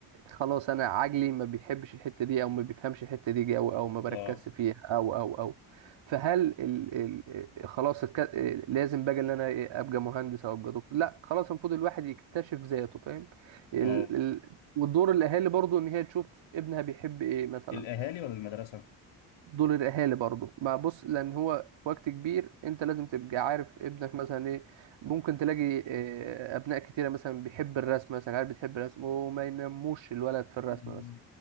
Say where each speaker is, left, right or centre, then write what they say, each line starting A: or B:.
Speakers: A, on the right; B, on the left.
A: خلاص انا عجلي ما بيحبش الحته دي او ما بيفهمش الحته دي او او ما بركزش
B: اه
A: فيها او او او فهل ال ال آه، خلاص الك- آه، لازم بقى ان انا إيه، ابقى مهندس او ابقى دكتور لا خلاص المفروض الواحد يكتشف ذاته فاهم ال
B: اه
A: ال ودور الاهالي برضو ان هي تشوف ابنها بيحب ايه مثلا
B: الاهالي ولا المدرسه
A: دول الاهالي برضو بقى بص لان هو في وقت كبير انت لازم تبقى عارف ابنك مثلا ايه ممكن تلاقي آه، ابناء كتيره مثلا بيحب الرسم مثلا عارف بتحب الرسم وما ينموش الولد في الرسم
B: أمم،
A: مثلا